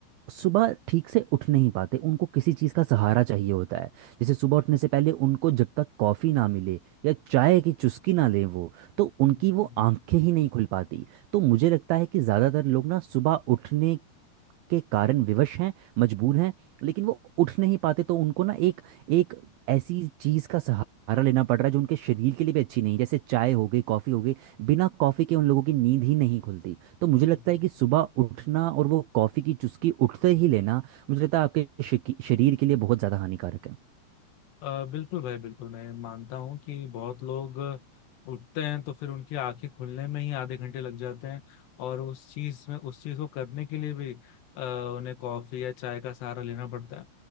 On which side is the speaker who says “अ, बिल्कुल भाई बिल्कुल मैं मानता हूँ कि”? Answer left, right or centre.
Left